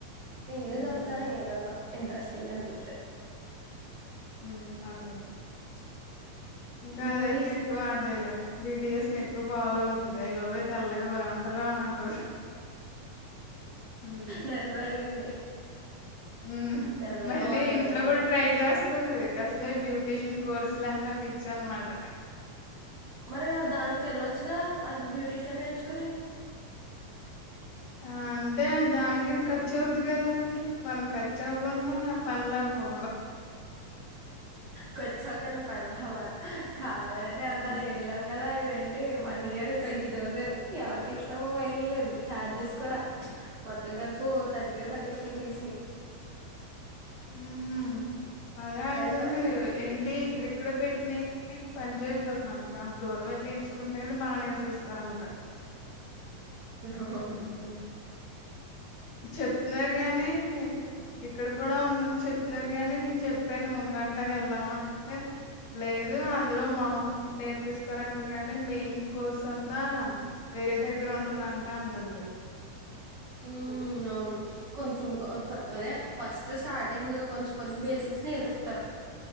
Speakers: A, on the right (about 60°); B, on the left (about 70°).
A: నినే
B: ఉమ్,
A: చెప్తాను ఏదన్నా ఇంట్రెస్టింగ్ అనిపితే
B: అ ఇంకా
A: మూవీస్
B: అదైతే ఎక్కువ
A: నువ్వు
B: అదేలే బీటిఎస్ ని ఎక్కువ ఫాలో అవుతది అయ్ బాబోయ్ తెల్లగా బాలే ఉంటారు అని అంటది ఉమ్.
A: నన్ను అడిగింది
B: హ్మ్
A: తెల్లగా
B: మళ్ళీ
A: బాగుంటారు
B: ఇంట్లో
A: కదా
B: కూడా ట్రై చేస్ ఉంటది అసలే బ్యూటీషియన్ కోర్సు లన్న పిచ్చి అనమాట
A: మరి దానికి వెళ్ళొచ్చుగా అది బ్యూటీషియన్ నేర్చుకోని
B: ఆ అంటే దానికి ఖర్చు అవుదు కదా మరి మనకి ఖర్చు అవ్వకుండా పనులవవు
A: కూర్చోకుండా పనులు అవ్వాలి కావాలంటే ఎలాలి
B: హ్మ్.
A: వెళ్ళాము కదా ఇదేంటి వన్ ఇయర్ ట్వంటీ థౌజండ్ ఎవరికి ఇస్తామో వైల్ లేదు ఛార్జెస్ కూడా మొత్తం కలుపో థర్టీవో థర్టీ ఫైవ్ లేసినాయ్
B: హ్మ్ హు అదే అంటుంది
A: కానీ
B: ఏంటి క్రి ఇక్కడ పెట్టినయ్ పని చేయవు కదా మనకి అంత దూరం వెళ్ళి నేర్చుకుంటేని బా నేర్పిస్తారంట
A: అవునా
B: హ్మ్. చెప్తున్నారు గాని ఇక్కడ కూడా ఉందని చెప్ ముందర్ గానే నేను చెప్పాను ఉందంటా వెళ్దామా అంటే లేదు అందులో మాములు నేర్పిస్తారంటే గానీ మెయిన్ కోర్స్ అంతా వేరే దగ్గర ఉంటుందంటా అంటంది
A: హ్మ్ అవును కొంచం అదే ఫస్ట్ స్టార్టింగ్ కొంచం కొంచం బేసిక్స్ నేర్పిస్తారు